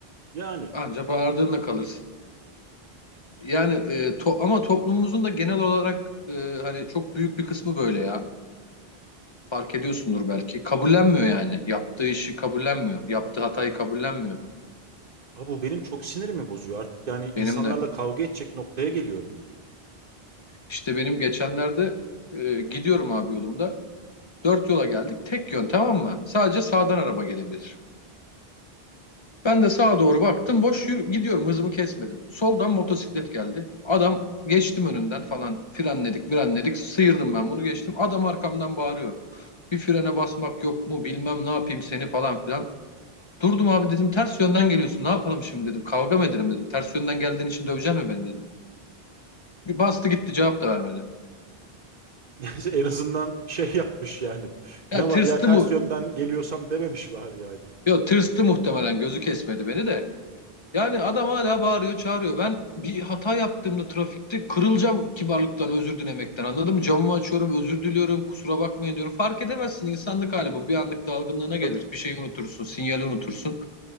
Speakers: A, on the right (about 50°); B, on the left (about 35°).
A: Yani
B: Anca bağırdığında kalırsın. Yani e, to- ama toplumumuzun da genel olarak e, hani çok büyük bir kısmı böyle ya. Fark ediyorsundur belki. Kabullenmiyor yani. Yaptığı işi kabullenmiyor. Yaptığı hatayı kabullenmiyor.
A: Abi bu benim çok sinirimi bozuyor artık yani insanlarla
B: Benim de.
A: kavga edecek noktaya geliyorum yani.
B: İşte benim geçenlerde e, gidiyorum abi yolumda. Dört yola geldik. Tek yön tamam mı? Sadece sağdan araba gelebilir. Ben de sağa doğru baktım. Boş yürü- gidiyorum. Hızımı kesmedim. Soldan motosiklet geldi. Adam geçtim önünden falan. Frenledik, mirenledik. Sıyırdım ben bunu geçtim. Adam arkamdan bağırıyor. Bir frene basmak yok mu? Bilmem ne yapayım seni falan filan. Durdum abi dedim. Ters yönden geliyorsun. Ne yapalım şimdi dedim. Kavga mı edelim dedim. Ters yönden geldiğin için döveceksin mi beni dedim. Bir bastı gitti cevap da vermedi.
A: <laughs> En azından şey yapmış yani. Ne
B: Ya
A: var
B: tırstı
A: ya ters
B: mı?
A: yönden geliyorsam dememiş bari yani.
B: Yok tırstı muhtemelen. Gözü kesmedi beni de. Yani adam hala bağırıyor, çağırıyor. Ben bir hata yaptığımda trafikte kırılacağım kibarlıktan, özür dilemekten. Anladın mı? Camımı açıyorum, özür diliyorum, kusura bakmayın diyorum. Fark edemezsin insanlık hali bu. Bir anlık dalgınlığına gelir.
A: Tabii.
B: Bir şeyi unutursun, sinyali unutursun.